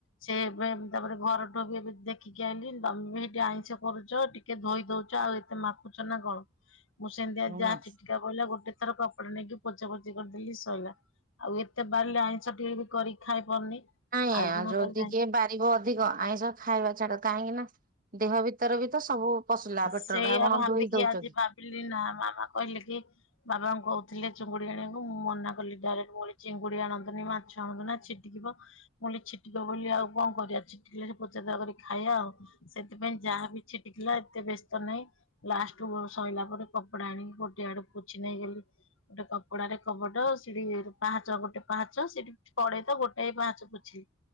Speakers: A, on the left; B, on the right.
A: ସେ ଏବେ ତାପରେ ଘରଠୁ ବି ଏବେ ଦେଖିକି ଆଣିଲି ତମେ ବି ସେଇଠି ଆଇଁଷ କରୁଛ ଟିକେ ଧୋଇ ଦଉଛ। ଆଉ ଏତେ ମାପ ମାପୁଛ ନା କଣ?
B: <inaudible>
A: ମୁଁ ସେମିତି ଆଜି ଯାହା
B: ନା
A: ଛିଟିକା ପଡ଼ିଲା ଗୋଟେ ଥର କପଡ଼ା ନେଇକି ପୋଛା ପୋଛି କରିଦେଲି ସରିଲା। ଆଉ ଏତେ ବାରିଲେ ଆଇଁଷ ଟିକେ ବି କରିକି ଖାଇ ପାରୁନି।
B: ନାଇଁ
A: ଆଜି
B: ଆଉ
A: ମୁଁ
B: ଯଦି
A: କହିଲି
B: କିଏ ବାରିବ ଅଧିକ ଆଇଁଷ ଖାଇବା ଛାଡ଼ କାହିଁକି ନା ଦେହ ଭିତରେ ବି ତ ସବୁ ପଶିଲା ପେଟରେ
A: ସେଇଆ
B: ଆଉ କଣ
A: ଭାବିକି
B: ଧୋଇ ଦଉଛ
A: ଆଜି
B: କି?
A: ଭାବିଲି ନା ମାମା କହିଲେ କି ବାବାଙ୍କୁ କହୁଥିଲି ଚିଙ୍ଗୁଡି ଆଣିବାକୁ ମୁଁ ମନା କଲି ଡାଇରେକ୍ଟ ଭଳି ଚିଙ୍ଗୁଡି ଆଣନ୍ତୁନି ମାଛ ଆଣନ୍ତୁ ନା ଚି କି ଯିବ। ମୁ କହିଲି ଛିଟିକିବ ବୋଲି ଆଉ କଣ କରିବା ଛିଟିକିଲ ପଚା କରିକି ଖାଇବା ଆଉ। ସେଥିପାଇଁ ଯାହା ବି ଛିଟିକିଲା ଏତେ ବ୍ୟସ୍ତ ନାହିଁ। ଲାଷ୍ଟୁ ସଇଲା ପରେ କପଡା ଆଣିକି ଗୋଟେ ଆଡେ ପୋଛି ନେଇଗଲି। ଗୋଟେ କପଡାରେ କବଟ ସିଟି ପାହାଚ ଗୋଟେ ପାହାଚ ସେଠି କଡେ ତ ଗୋଟାଏ ପାହଚ ପୋଛିିଲି।